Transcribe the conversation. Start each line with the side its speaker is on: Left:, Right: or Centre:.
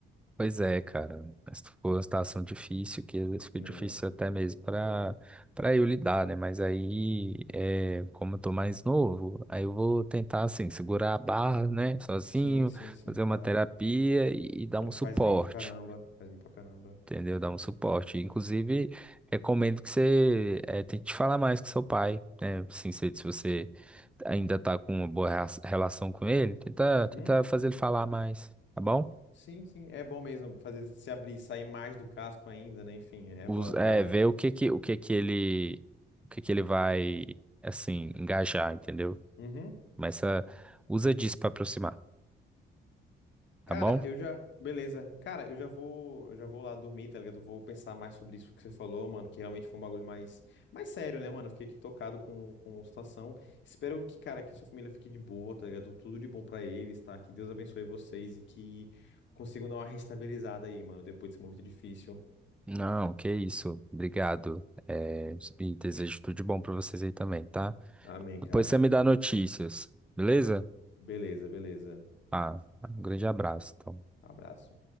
Centre: Pois é, cara. Essa foi uma situação difícil, que às vezes fica
Left: É.
Centre: difícil até mesmo para para eu lidar, né? Mas aí, é, como eu tô mais novo, aí eu vou tentar, assim, segurar a barra, né? Sozinho,
Left: Sim, sim, sim,
Centre: fazer
Left: claro.
Centre: uma terapia e, e dar
Left: É,
Centre: um
Left: Faz
Centre: suporte,
Left: bem pra caramba, faz bem pra caramba.
Centre: entendeu? Dar um suporte. Inclusive, recomendo que você é, tente falar mais com seu pai, né? Assim, se, se você ainda tá com uma boa rea- relação com ele, tenta,
Left: Uhum.
Centre: tenta fazer ele falar mais, tá bom?
Left: Sim, sim, é bom mesmo fazer se abrir, sair mais do casco ainda, né? Enfim, é
Centre: Os,
Left: bom,
Centre: é,
Left: cara.
Centre: ver o que que, o que que ele, o que que ele vai, assim, engajar, entendeu?
Left: Uhum.
Centre: Mas ah, usa disso pra aproximar, tá
Left: Cara,
Centre: bom?
Left: eu já. Beleza. Cara, eu já vou, eu já vou lá dormir, tá ligado? Vou pensar mais sobre isso que você falou, mano, que realmente foi um bagulho mais, mais sério, né, mano? Eu Fiquei aqui tocado com, com a situação. Espero que, cara, que sua família fique de boa, tá ligado? Tudo de bom pra eles, tá? Que Deus abençoe vocês e que consigam dar uma restabilizada aí, mano, depois desse momento difícil.
Centre: Não, que isso. Obrigado. É, e desejo tudo de bom pra vocês aí também, tá?
Left: Amém,
Centre: Depois
Left: cara,
Centre: você
Left: amém.
Centre: me dá notícias, beleza?
Left: Beleza, beleza.
Centre: Ah, um grande abraço. então.
Left: Abraço.